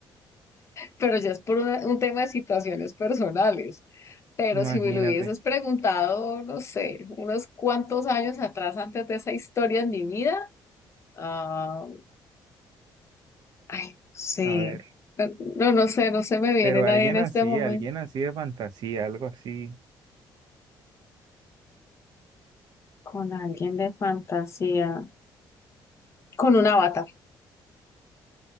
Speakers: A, on the left (about 35°); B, on the right (about 65°).
A: Pero ya es por una- un tema de situaciones personales. Pero
B: Imagínate,
A: si me lo hubieses preguntado, no sé, unos cuantos años atrás antes de esa historia en mi vida, ah, ay, no sé.
B: a ver,
A: No, no sé, no se me viene
B: pero
A: nadie
B: alguien
A: en este
B: así,
A: momento.
B: alguien así de fantasía, algo así.
A: Con alguien de fantasía. Con una bata.